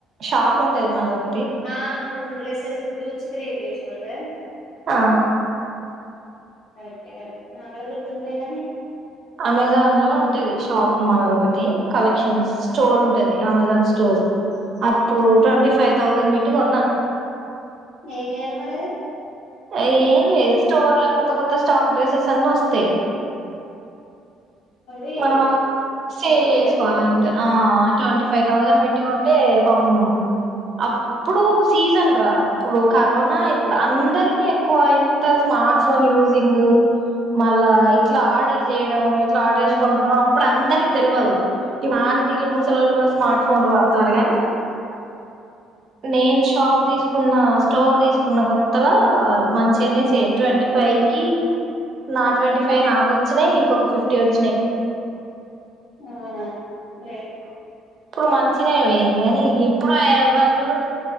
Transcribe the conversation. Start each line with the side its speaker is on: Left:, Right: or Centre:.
Right: షాప్ ఉంటది మనది ఒక
Left: ఆ అప్పుడు నువ్వు డ్రెస్సెస్ గ్రూప్స్ క్రియేట్ చేసినవ్ కదా.
Right: ఆ
Left: కరెక్టే కరెక్ట్ నాక్కూడా గుర్తుందిలే కానీ
Right: అమెజాన్ లో ఉంటది షాప్ మనదొకటి కలెక్షన్స్ స్టోర్ ఉంటది అమెజాన్ స్టోర్ అప్పుడు
Left: ఆహా
Right: ట్వంటీ ఫైవ్ థౌజండ్ పెట్టి కొన్నా
Left: ఏం చేయాలె మరి అది
Right: ఏం లేదు స్టోర్ లో కొత్త కొత్త స్టాక్ డ్రెస్సెస్ అన్ని వస్తయి.
Left: అవి
Right: మనం ఆ
Left: ప్రమోట్
Right: సేల్ చేసుకోవాలి
Left: చేయాలా
Right: అంతే. ఆ ట్వంటీ ఫైవ్ థౌజండ్ పెట్టి కొంటే పాపం అప్పుడు సీజన్ రా అప్పుడు కరోనా ఇప్పుడు అందరి కిఎక్కువ ఇంత స్మార్ట్ ఫోన్ యూజింగ్ మళ్ళా ఇట్లా ఆర్డర్ చేయడం, ఇట్లా ఆర్డర్ చేసికొనుకోవడం అప్పుడు అందరికి తెలియదు. ఇప్పుడు ఆంటీలు, ముసలోళ్ళు
Left: అవు-
Right: కూడా స్మార్ట్ ఫోన్లు వాడుతున్నరు గాని. నేను షాప్ తీసుకున్నా స్టోర్ తీసుకున్న కొత్తలా ఆ మంచిగనే సే ట్వంటీ ఫైవ్ కి నా ట్వంటీ ఫైవ్ నాకు వచ్చినయి ఇంకొక ఫిఫ్టీ వచ్చినయి.
Left: అవునా గ్రేటే
Right: అప్పుడు మంచిగనే పోయింది కానీ ఇప్పుడు ఎవ్వళు చూడు